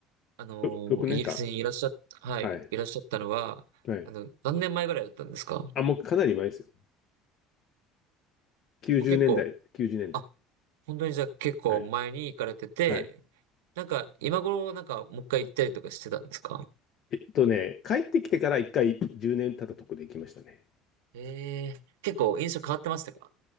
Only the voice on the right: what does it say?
あのーイギリスにいらっしゃっ、
はい、
いらっしゃったのは、
あの、何年前ぐらいだったんですか
もう結構、
あ、本当にじゃあ結構前に行かれてて、
なんか今頃なんかもう一回行ったりとかしてたんですか
ええー結構印象変わってましたか